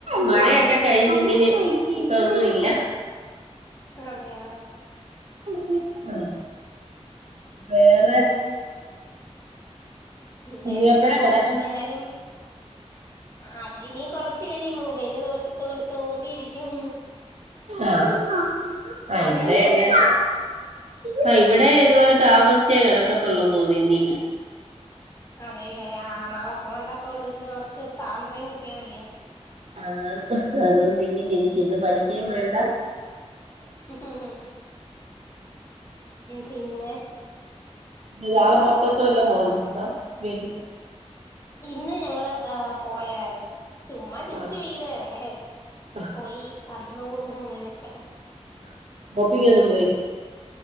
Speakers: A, on the right; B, on the left.
A: മഴയൊക്കെ കഴിഞ്ഞ് ഇങ്ങനെ ഇപ്പൊന്നും ല്ല.
B: അതെയ
A: <unintelligible> വേറെ
B: പിന്നെ
A: ഇനീ
B: വേറെ
A: എപ്പഴാ
B: എന്താ
A: കെടക്കുന്നെ?
B: എല്ലാരും അത് ഇനിയും കൊറച്ച് കഴിയും. മൊബൈല് തോണ്ടി തോണ്ടി തോണ്ടിയിരിക്കും.
A: ആഹ ആ
B: അവിടെ
A: ഇവിടെ
B: ലേറ്റ്
A: അങ്ങനെ.
B: ആവോ
A: ആഹ ഇവിടെ ഇതുപോലെ താമസിച്ചേ കിടക്കത്തുള്ളൂ തോന്നി ഇന്ന് ഇനി.
B: അതെല്ലേ ആ നാളെ പോണ്ടാതോണ്ട് ഇന്ന് അവർക്ക് സാന്ദ്രം കിട്ടിയതല്ലയോ.
A: അതാ അതുകൊണ്ട്‌ ഇങ്ങിന ഇരിക്കും. ഇന്ന് പഠിക്കുകയും വേണ്ട.
B: ഉം പിന്നെ,
A: ഇയാള്
B: എന്താ
A: പുറത്തോട്ടും വല്ലോം പോകുന്നുണ്ടോ? വീട്ടിൽ ത
B: ഇന്ന് ഞങ്ങള് പോയായിരുന്നു. ചുമ്മാ ജസ്റ്റ്
A: ആഹ്
B: വീട് വരെ.
A: ആഹ്
B: പോയി വന്നു അങ്ങനെയൊക്കെ.
A: ആ ബപ്പിങ്ങ ഒന്നും പോയില്ലേ.